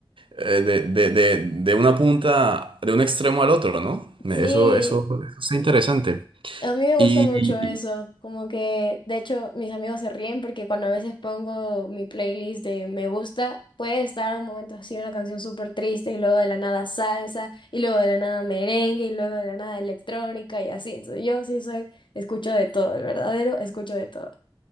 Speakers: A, on the right (about 75°); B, on the left (about 65°).
A: eh, de, de, de, de una punta, de un extremo al otro, ¿no? Me-
B: Sí,
A: Eso, eso, eso está interesante.
B: a mí me gusta
A: Y,
B: mucho eso, como que de hecho mis amigos se ríen porque cuando a veces pongo mi playlist de me gusta, puede estar un momento así una canción súper triste y luego de la nada salsa y luego de la nada merengue y luego de la nada electrónica y así. Entonces yo sí soy, escucho de todo, el verdadero escucho de todo.